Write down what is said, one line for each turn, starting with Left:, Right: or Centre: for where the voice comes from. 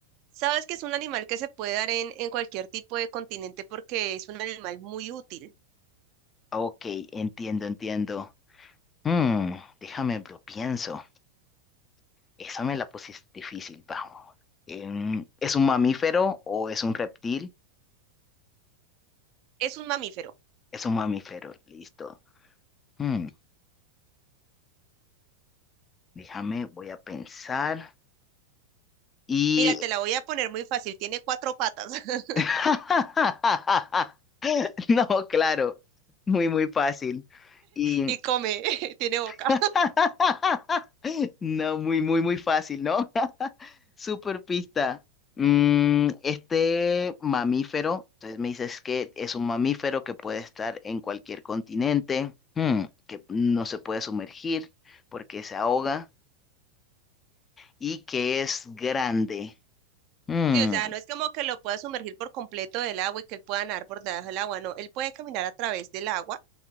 Right: Sabes que es un animal que se puede dar en, en cualquier tipo de continente porque es un animal muy útil.
Left: Ok, entiendo, entiendo. Hmm, déjame, lo pienso. Esa me la pusiste difícil, vamos. Em, ¿es un mamífero o es un reptil?
Right: Es un mamífero.
Left: Es un mamífero, listo. Hmm, déjame, voy a pensar. Y...
Right: Mira, te la voy a poner muy fácil, tiene cuatro patas. <laughs>
Left: <laughs> No, claro, muy, muy fácil. Y...
Right: y come, <laughs> tiene boca.
Left: <laughs> No, muy, muy, muy fácil, ¿no? <laughs> Super pista. Mm, este mamífero, entonces me dices que es un mamífero que puede estar en cualquier continente, Hmm. que no se puede sumergir porque se ahoga y que es grande. Mm,
Right: Sí, o sea, no es como que lo pueda sumergir por completo del agua y que él pueda nadar por debajo del agua, no, él puede caminar a través del agua